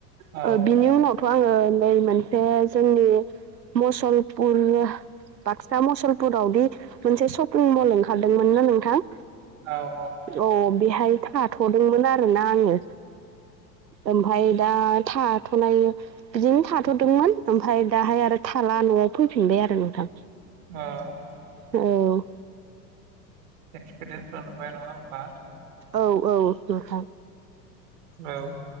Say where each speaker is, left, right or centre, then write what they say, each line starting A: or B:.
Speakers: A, on the right; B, on the right.
A: औ
B: ओ बिनि उनाव थ' आङो नै मोनसे जोंनि मुसलपुर बाक्सा मसलपुरावदि मोनसे शपिं मल ओंखारदोंमोन ना नोंथां
A: औ औ।
B: अ बेहाय थाथ'दोंमोन आ रोना आङो। ओमफाय दा थाथ'नाय बिदिनो थाथ'दोंमोन। ओमफाय दाहाय आरो थाला न'आव फैफिनबाय आरो नोंथां।
A: ओ।
B: औ।
A: एक्पिरियन्स बानोबाय नङा होनबा?
B: औ औ नोंथां।
A: औ।